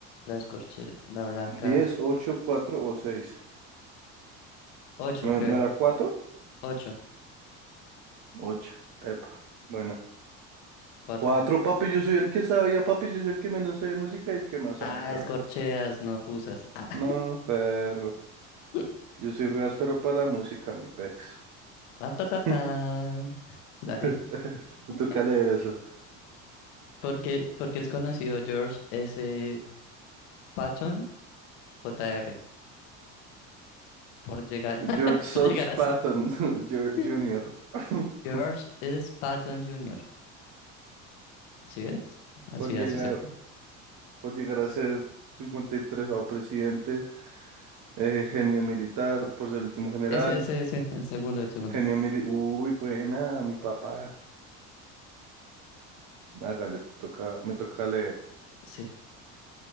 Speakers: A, on the left (about 85°); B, on the right (about 55°).
A: las corcheas, la blanca.
B: Diez, ocho, cuatro o seis.
A: ocho
B: ¿No,
A: creo,
B: no era cuatro?
A: ocho
B: Ocho. Epa, buena.
A: Cuatro.
B: Cuatro, papi, yo soy el que sabía, papi, yo soy el que menos sabe de música y el que más sabe,
A: Ah,
B: perro.
A: escorcheas, no fusas. Ah.
B: No, perro.
A: <laughs>
B: Yo soy re áspero para la música, mi pex.
A: Tan, tan, tan,
B: <laughs>
A: tan. Dale.
B: <laughs> Me
A: <laughs>
B: toca leer eso.
A: Porque, porque es conocido George S. Patton, J R por llegar, <laughs>
B: George South
A: por llegar a
B: Patton
A: ser-
B: <laughs> Jr.
A: <laughs>
B: Jr., <laughs>
A: George S. Patton Jr. ¿Sí ves? Así,
B: por llegar,
A: así se.
B: por llegar a ser 53 presidente, eh, genio militar, por ser el último general,
A: Ese, ese, ese, el segundo, el segundo.
B: genio militar. Uy, buena, mi papá. Hágale, te toca, me toca leer.
A: Sí.